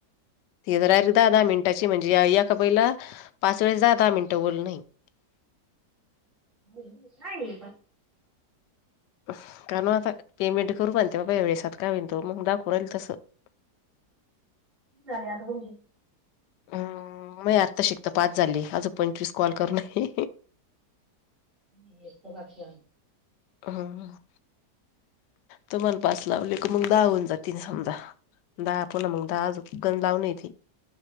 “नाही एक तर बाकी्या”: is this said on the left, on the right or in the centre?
Right